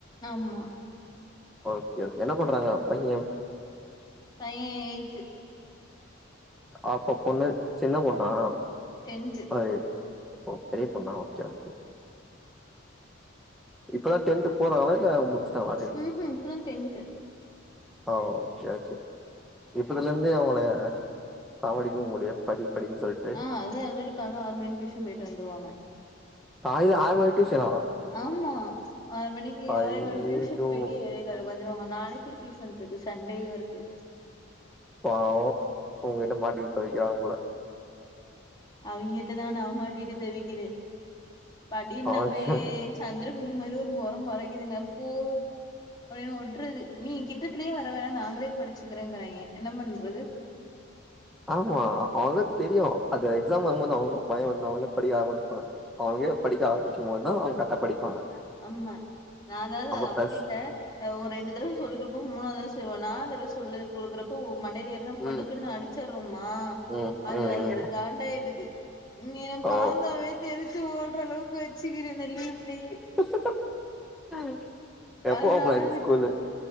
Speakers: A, on the left; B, in the centre.
A: ஆமா
B: ஓகே என்ன பண்றாங்க பைய
A: பையன் எயி்த
B: அப்ப பொண்ணு சின்ன பொண்ணா
A: ரென்று
B: ஓ ஓ பெரிய பொண்ணா ஓகே ஓகே இப்பதா டென்த் போறாங்களா இல்ல முடிச்சுட்டாங்களா டென்த்
A: ம்ஹம் இப்பதான் டென்த்
B: ஓ ஓகே ஓகே இப்பதுல இருந்தே அவங்கள சமாளக்கும் உங்கைய படி படின்னு சொல்லிட்டு
A: ஆஹ அத அதுனு ஆல்ரெடி காலையில ஆறு மணி டியூஷன் போயிட்டு வந்துருவீங்க
B: <unintelligible>
A: ஆமா ஆ மணிக்கு
B: ஐயையோ
A: அவர டடியூஷன் போயடி எழ வந்துருவோங்க நாளைக்கும் டியூஷன் இருக்கு சண்டேும் இருக்கு
B: பாவம் உங்க கிட்ட மாட்டிட்டு தவிக்கிறாங்க போல
A: அவுங்கிட்ட தான் நான்மாட்டிட்டு தவிக்கிறேன் படினவே
B: ஆ
A: சந்திர மிகமத ஒரு மொரை மொரைக்குதுங்க போ அப்படின்னு ஒடுறது நீ கிட்டத்தலயே வர வேணாம் நாங்களே படிச்சுக்கிறேங்கிறாயங்க என்ன பண்றது
B: ஆமா அவங்க தெரியும் அது எக்ஸாம் வரும்போது அவங்க பயம் வந்து அவங்கள படிக்க ஆரம்பிப்பாங்க அவங்கே படிக்க ஆரம்பிக்கும்போதுதான் அவங்க கரக்டா படிப்பாங்க
A: ஆமா நான் அதாவது
B: நம்ம
A: அப்படி
B: பிளஸ்
A: இல்ல ஒரு ரெண்டு தடவ சொல்லிக்கூடுப்ப மூணாவ ததான் செய்வ நா தடவை சொல்லி கொடுக்குற ப்ப மண்டையில ஏறனா படுக்கன்னு
B: ம்.
A: அடிச்சடுறோமா
B: ம்.
A: அது
B: ம்.
A: அதுளுக்கு
B: ம்.
A: கண்டாயிடுது
B: ஓ!
A: பந்தாவே தெரி ஓடுற அளவுக்கு வச்சுக்க இருந்தலீவ்லயே
B: க்குங் க்கு எப்போ
A: அதனால
B: ஓபன்
A: அதுக்
B: ஸ்கூலு